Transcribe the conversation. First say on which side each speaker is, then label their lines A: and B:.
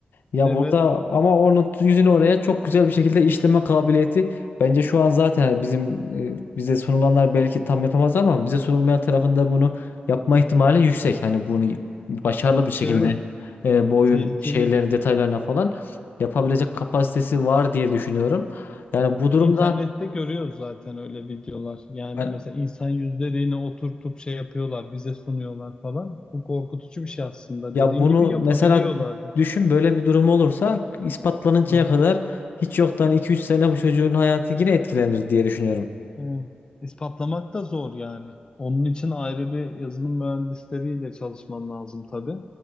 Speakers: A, on the left; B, on the left.
A: Ya
B: Evet.
A: burada ama onun yüzünü oraya çok güzel bir şekilde işleme kabiliyeti bence şu an zaten hani bizim e, bize sunulanlar belki tam yapamaz ama bize sunulmayan tarafında bunu yapma ihtimali yüksek. Hani bunu başarılı bir şekilde
B: Evet.
A: e, bu oyun
B: Tehlikeli.
A: şeylerin detaylarına falan yapabilecek kapasitesi var diye düşünüyorum. Yani bu durumda
B: İnternette görüyoruz zaten öyle videolar. Yani
A: hani,
B: mesela insan yüzlerini oturtup şey yapıyorlar, bize sunuyorlar falan. Bu korkutucu bir şey aslında.
A: ya
B: Dediğin
A: bunu
B: gibi yapabiliyorlardı.
A: mesela düşün böyle bir durum olursa ispatlanıncaya
B: Ha.
A: kadar hiç yoktan iki üç sene bu çocuğun hayatı yine etkilenir diye düşünüyorum.
B: Evet. İspatlamak da zor yani. Onun için ayrı bir yazılım mühendisleriyle çalışman lazım tabii.